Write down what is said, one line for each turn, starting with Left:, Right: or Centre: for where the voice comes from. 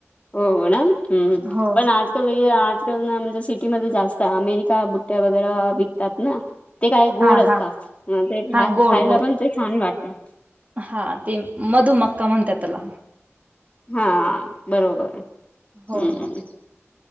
Left: हो ना हम्
Right: हो
Left: पण आजकाल. आजकाल ना म्हणजे सिटीमध्ये जास्त अमेरिका बुट्ट्या वगैरे विकतात ना. ते काय गोड
Right: हा
Left: असतात
Right: हा
Left: ते
Right: हा
Left: खायला
Right: गोड गोड
Left: पण ते छान वाटतं.
Right: हा ते मधुमक्का म्हणतात त्याला.
Left: हा बरोबर
Right: हो
Left: हम्म.
Right: हो